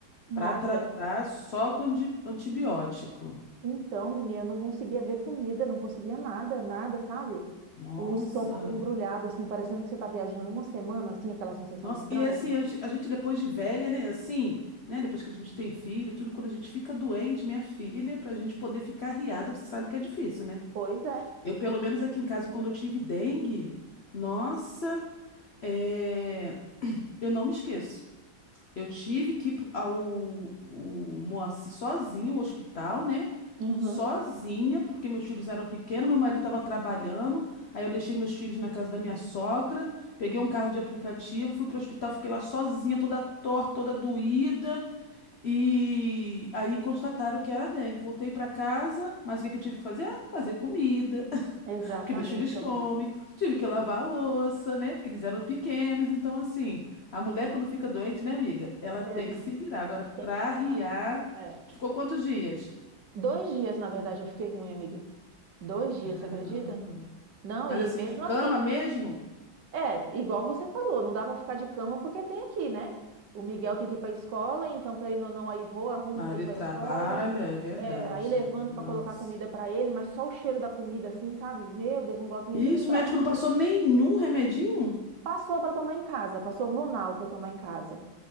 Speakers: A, on the right; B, on the left.
A: nossa,
B: Para tratar só com di- antibiótico.
A: então, menina, eu não conseguia ver comida, não conseguia nada, nada, sabe?
B: Nossa.
A: O estômago embrulhado, assim, parecendo que você tá viajando uma semana, assim, aquela sensação
B: Nossa,
A: estranha.
B: e assim, a ge- a gente depois de velha, né? Assim, né? Depois que a gente tem filho, tudo, quando a gente fica doente, minha filha, pra gente poder ficar arriada, você sabe que é difícil, né?
A: Pois é.
B: Eu, pelo menos aqui em casa, quando eu tive dengue, nossa, é, eu não me esqueço. Eu tive que ir pro- ao o Moacir sozinho, o hospital, né?
A: Uhum.
B: Sozinha, porque meus filhos eram pequenos, meu marido estava trabalhando. Aí eu deixei meus filhos na casa da minha sogra, peguei um carro de aplicativo, fui pro hospital, fiquei lá sozinha, toda torta, toda doída. E aí constataram que era dengue. Voltei para casa, mas o que que eu tive que fazer? Fazer comida
A: Exatamente,
B: porque meus filhos comem,
A: amiga.
B: tive que lavar a louça, né? Porque eles eram pequenos. Então, assim, a mulher quando fica doente, né, amiga? Ela tem
A: Ex-
B: que se virar. Agora, pra
A: tem que
B: arriar,
A: dar. É.
B: tu ficou quantos dias?
A: Dois dias, na verdade, eu fiquei ruim, amiga. Dois dias,
B: Caramba.
A: você acredita? Não,
B: Mas
A: e
B: assim,
A: mesmo
B: de cama
A: assim,
B: mesmo?
A: é, igual você falou, não dá pra ficar de cama porque tem aqui, né? O Miguel tem que ir pra escola, então, querendo ou não, aí vou, arrumo
B: Marido
A: pra ir pra
B: trabalha,
A: escola.
B: é verdade.
A: É, aí levanto
B: Nossa.
A: pra colocar comida pra ele, mas só o cheiro da comida, assim, sabe? Meu Deus, não gosto nem
B: Isso,
A: de lembrar.
B: o médico não passou nenhum remedinho
A: Passou pra tomar em casa, passou Vonal pra tomar em casa,